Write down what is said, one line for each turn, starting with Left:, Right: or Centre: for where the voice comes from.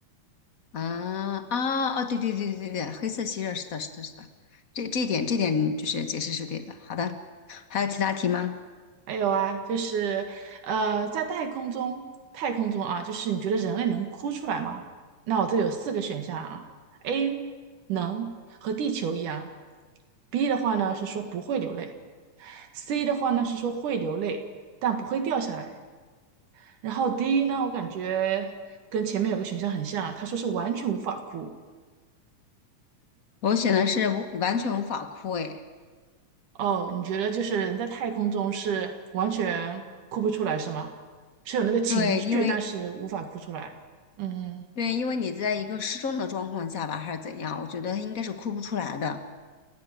Left: 啊啊哦，对对对对对对，黑色吸热，是的，是的，是的，这这一点这点就是解释是对的。好的，还有其他题吗？
Right: 还有啊，就是呃，在太空中，太空中啊，就是你觉得人类能哭出来吗？那我这里有四个选项啊，A 能和地球一样，B 的话呢是说不会流泪，C 的话呢是说会流泪但不会掉下来。然后第一呢，我感觉跟前面有个选项很像啊，他说是完全无法哭。
Left: 我选的是无完全无法枯萎。哎
Right: 哦，你觉得就是人在太空中是完全哭不出来是吗？是有那个情绪，
Left: 对，因为
Right: 但是无法哭出来。嗯
Left: 对，因为你在一个失重的状况下吧，还是怎样，我觉得他应该是哭不出来的。